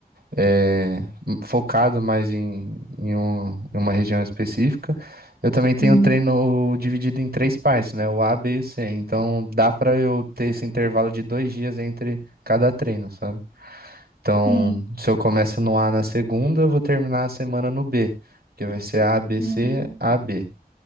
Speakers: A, on the right; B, on the left.
A: é, m- focado mais em, em um- em uma região específica. Eu também tenho
B: Hum,
A: treino dividido em três partes, né? O A, B e o C. Então dá para eu ter esse intervalo de dois dias entre cada treino, sabe? Então,
B: sim,
A: se eu começo no A na segunda, eu vou terminar a semana no B, porque vai ser A, B,
B: Hum,
A: C, A, B.